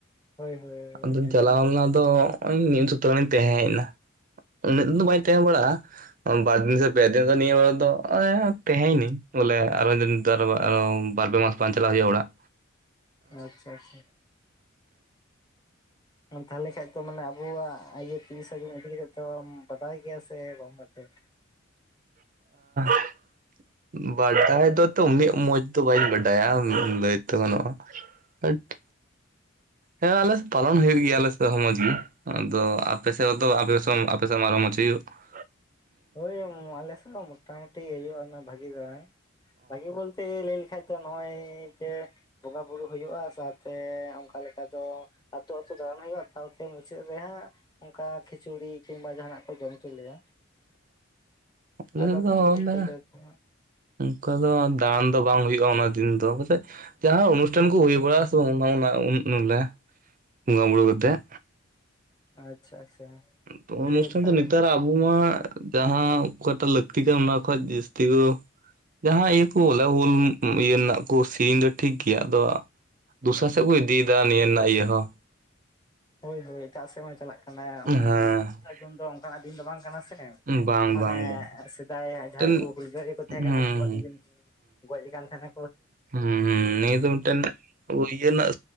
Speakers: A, on the left; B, on the right.
A: ᱦᱳᱭ ᱦᱳᱭ
B: ᱟᱫᱚ
A: ᱟᱸᱡᱚᱢ
B: ᱪᱟᱞᱟᱣ
A: ᱠᱟᱫᱟ
B: ᱞᱮᱱᱟ ᱫᱚ ᱦᱚᱜ-ᱚᱭ ᱢᱤᱫ ᱥᱩᱯᱛᱟ ᱜᱟᱱ ᱤᱧ ᱛᱟᱦᱮᱸ ᱦᱮᱡ ᱮᱱᱟ ᱩᱱᱟᱹᱜ ᱫᱤᱱ ᱫᱚ ᱵᱟᱹᱧ ᱛᱟᱦᱮᱸ ᱵᱟᱲᱟᱜᱼᱟ ᱵᱟᱨ ᱫᱤᱱ ᱥᱮ ᱯᱮ ᱫᱤᱱ ᱫᱚ ᱱᱤᱭᱟᱹ ᱵᱟᱨ ᱫᱚ ᱮᱻᱻ ᱛᱟᱦᱮᱸᱭ ᱱᱟᱹᱧ ᱵᱚᱞᱮ <unintelligible> ᱵᱟᱨ ᱯᱮ ᱢᱟᱥ ᱵᱟᱝ ᱪᱟᱞᱟᱜ ᱦᱩᱭᱩᱜ-ᱟ ᱚᱲᱟᱜ
A: ᱟᱪᱪᱷᱟ ᱟᱪᱪᱷᱟ ᱛᱟᱦᱞᱮ ᱠᱷᱟᱱᱡ ᱛᱚ ᱢᱟᱱᱮ ᱟᱵᱚᱣᱟᱜ ᱛᱤᱱ ᱟᱡᱚᱢ ᱤᱫᱤ ᱠᱟᱛᱮᱜ ᱵᱟᱰᱟᱭ ᱜᱮᱭᱟ ᱥᱮ ᱵᱟᱢ ᱵᱟᱰᱟᱭᱟ <unintelligible>
B: <inaudible> ᱵᱟᱰᱟᱭ ᱫᱚᱛᱚ ᱩᱱᱟᱹᱜ ᱢᱚᱸᱡᱽ ᱫᱚ ᱵᱟᱹᱧ ᱵᱟᱰᱟᱭᱟ ᱫᱟᱹᱭᱛᱮ ᱜᱟᱱᱚᱜᱼᱟ <unintelligible> ᱦᱮᱸ ᱟᱞᱮ ᱯᱟᱞᱚᱱ ᱦᱩᱭᱩᱜ ᱜᱮᱭᱟᱞᱮ ᱢᱚᱸᱡᱽ ᱜᱮ ᱟᱫᱚ ᱟᱯᱮᱥᱮᱫ ᱫᱚ ᱟᱯ ᱥᱮᱫ ᱟᱨ ᱢᱚᱡᱽ <unintelligible>
A: ᱦᱳᱭ ᱟᱞᱮᱥ ᱢᱳᱴᱟᱢᱩᱴᱤ ᱦᱩᱭᱩᱜᱼᱟ ᱵᱷᱟᱹᱜᱤ ᱫᱟᱭ ᱵᱟᱠᱤ ᱵᱚᱞᱛᱮ ᱞᱟᱹᱭ ᱞᱮᱠᱷᱟᱭ ᱱᱚᱜᱼᱚᱭ ᱡᱮ ᱵᱚᱸᱜᱟ ᱵᱩᱨᱩ ᱦᱩᱭᱩᱜᱼᱟ ᱥᱟᱶᱛᱮ ᱚᱱᱠᱟ ᱞᱮᱠᱟ ᱫᱚ ᱟᱹᱛᱳ ᱟᱹᱛᱳ ᱫᱟᱬᱟᱱ ᱦᱩᱭᱩᱜᱼᱟ ᱥᱟᱶᱛᱮ ᱢᱩᱪᱟᱹᱫ ᱨᱮᱦᱟᱸᱜ ᱚᱱᱠᱟ ᱠᱷᱤᱪᱩᱲᱤ ᱠᱤᱢᱵᱟ ᱡᱟᱦᱟᱱᱟᱜ ᱠᱚ ᱡᱚᱢ ᱦᱚᱪᱚ ᱞᱮᱭᱟ
B: ᱟᱞᱮ
A: ᱟᱫᱚ
B: ᱫᱚ
A: ᱠᱤᱪᱷᱩ ᱠᱤᱪᱷᱩ
B: ᱵᱚᱞᱮ
A: ᱡᱟᱭᱜᱟ ᱠᱚ
B: ᱚᱱᱠᱟ ᱫᱚ ᱫᱟᱬ ᱵᱟᱝ ᱦᱩᱭᱩᱜᱼᱟ ᱚᱱᱟ ᱫᱤᱱ ᱫᱚ ᱢᱟᱥᱮ ᱡᱟᱦᱟᱸ ᱚᱱᱩᱥᱴᱷᱟᱱ ᱠᱚ ᱦᱩᱭ ᱵᱟᱲᱟᱜᱼᱟ ᱥᱮ ᱵᱟᱝ ᱚᱱᱟ ᱵᱚᱞᱮ ᱵᱚᱸᱜᱟ ᱵᱩᱨᱩ ᱠᱟᱛᱮᱜ
A: ᱟᱪᱪᱷᱟ ᱟᱪᱪᱷᱟ
B: ᱛᱚ ᱚᱱᱩᱥᱴᱷᱟᱱ
A: ᱤᱭᱟᱹ ᱛᱟᱦᱚᱞᱮ
B: ᱫᱚ ᱱᱮᱛᱟᱨ ᱟᱵᱚ ᱢᱟ ᱡᱟᱦᱟᱸ ᱚᱠᱟᱴᱟᱜ ᱞᱟᱹᱠᱛᱤ ᱠᱟᱱᱟ ᱚᱱᱟ ᱠᱷᱚᱡ ᱡᱟᱹᱥᱛᱤ ᱠᱚ ᱡᱟᱦᱟᱸ ᱤᱭᱟᱹ ᱠᱚ ᱚᱞ ᱩᱞ ᱤᱭᱟᱹ ᱨᱮᱱᱟᱜ ᱠᱚ ᱥᱮᱨᱮᱧ ᱫᱚ ᱴᱷᱤᱠ ᱜᱮᱭᱟ ᱟᱫᱚ ᱫᱚᱥᱟᱨ ᱥᱮᱫ ᱠᱚ ᱤᱫᱤᱭᱮᱫᱟ ᱱᱤᱭᱟᱹ ᱨᱮᱱᱟᱜ ᱤᱭᱟᱹ ᱦᱚᱸ
A: ᱦᱳᱭ ᱦᱳᱭ ᱮᱴᱟᱜ ᱥᱮᱫ ᱢᱟ ᱪᱟᱞᱟᱜ ᱠᱟᱱᱟ ᱚᱱᱮ
B: ᱦᱮᱸ
A: ᱛᱨᱤᱥᱟ ᱡᱩᱱ ᱫᱚ ᱚᱱᱠᱟᱱᱟᱜ ᱫᱤᱱ ᱫᱚ ᱵᱟᱝ ᱠᱟᱱᱟ ᱮᱸ
B: ᱵᱟᱝ
A: ᱢᱟᱱᱮ
B: ᱵᱟᱝ ᱵᱟᱝ
A: ᱥᱮᱫᱟᱭ
B: ᱢᱤᱫᱴᱮᱱ
A: ᱡᱟᱦᱟᱸᱭ ᱠᱚ ᱦᱩᱞᱜᱟᱹᱨ ᱨᱮ ᱠᱚ ᱛᱟᱦᱮᱸ
B: ᱦᱩᱸ
A: ᱠᱟᱱᱟ ᱩᱱᱠᱩᱣᱟᱜᱤᱱ ᱜᱚᱡ ᱞᱮ ᱠᱟᱱ ᱠᱷᱟᱱᱮ
B: ᱦᱮᱸᱻᱦᱮᱸ ᱱᱤᱭᱟᱹ ᱫᱚ ᱢᱤᱫᱴᱮᱱ ᱤᱭᱟᱹ ᱨᱮᱱᱟᱜ